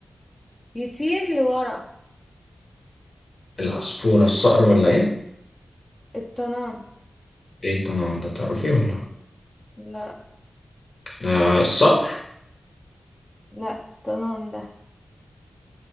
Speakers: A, on the left (about 30°); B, on the left (about 65°).
A: يطير لورا
B: العصفورة الصقر ولا ايه
A: الطنان
B: ايه التنوع ده تعرفيه ولا
A: لا
B: آه الصقر
A: لا طنان ده